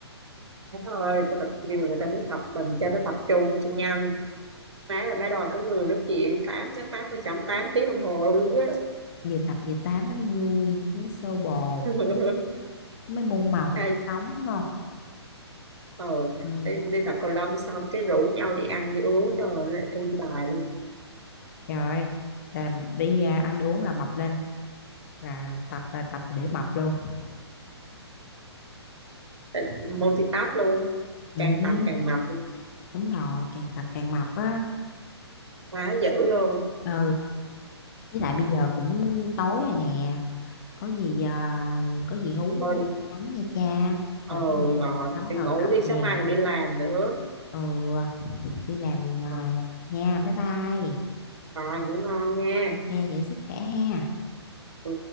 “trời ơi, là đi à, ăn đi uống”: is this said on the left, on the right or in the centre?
Left